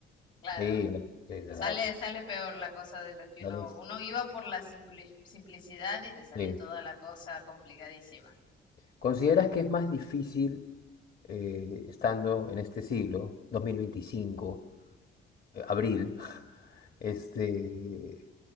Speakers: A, on the left; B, on the left.
A: claro.
B: sí, eh, da-
A: Sale, sale peor la cosa de lo que
B: dale,
A: uno, uno iba por la simpli- simplicidad y te salió
B: sí.
A: toda la cosa complicadísima.
B: ¿Consideras que es más difícil eh, estando en este siglo, 2025, eh, abril? este,